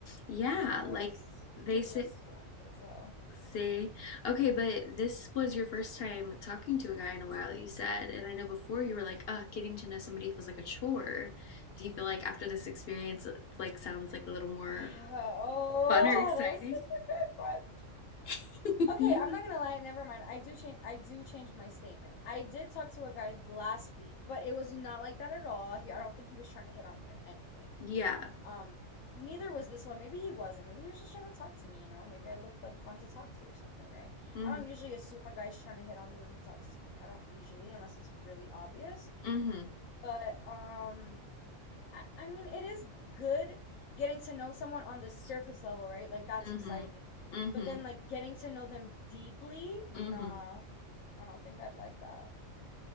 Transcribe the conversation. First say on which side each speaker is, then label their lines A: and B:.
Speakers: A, on the left; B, on the left.
A: Yeah,
B: No, he
A: like
B: was
A: they
B: he was
A: say
B: just drunk as hell.
A: See, okay, but this was your first time talking to a guy in a while, you said, and I know before you were like, "Ugh, getting to know somebody feels like a chore." Do you feel like after this experience, it like sounds like a little more
B: <sighs> Oh,
A: fun or exciting?
B: that was such a good question.
A: <laughs>
B: Okay, I'm not gonna lie, never mind. I do change I do change my statement. I did talk to a guy last week, but it was not like that at all. He, I don't think he was trying to hit on me or anything.
A: Yeah.
B: Um, neither was this one. Maybe he wasn't. Maybe he was just trying to talk to me, you know? Maybe I looked like fun to talk to or something, right?
A: Mm-hmm.
B: I don't usually assume a guy's trying to hit on me when he talks to me. I don't usually, unless it's really obvious.
A: Mm-hmm.
B: But um, I, I mean, it is good getting to know someone on the surface level, right? Like that's
A: Mm-hmm.
B: exciting.
A: Mm-hmm.
B: But then like getting to know them deeply, nah,
A: Mm-hmm.
B: I don't think I'd like that.